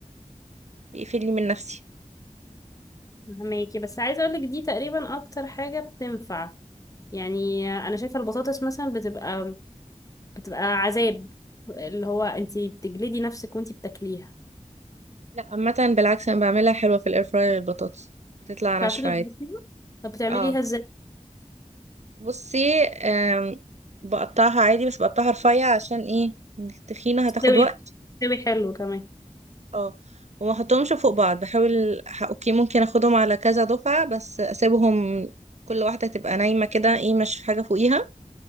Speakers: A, on the right; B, on the left.
A: وبيقفلني من نفسي
B: فهماكي بس عايزة اقولك دي تقريبا اكتر حاجة بتنفع يعني انا شايفة البطاطس مثلا بتبقى بتبقى عذاب اللي هو انتي بتجلدي نفسك وانتي بتاكليها
A: لأ عامة بالعكس أنا بعملها حلوة في الإير فراير البطاطس بتطلع ناشفة
B: تعرفي تظبطيها
A: عادي
B: طب بتعمليها
A: اه
B: ازاي
A: بصي آم، بقطعها عادي بس بقطعها رفيع عشان ايه التخينة
B: بتستوي
A: هتاخد وقت
B: بتستوي حلو كمان
A: اه وما احطهمش فوق بعض بحاول ح- اوكي ممكن اخدهم على كذا دفعة بس اسيبهم كل واحدة تبقى نايمة كده ايه مش حاجة فوقيها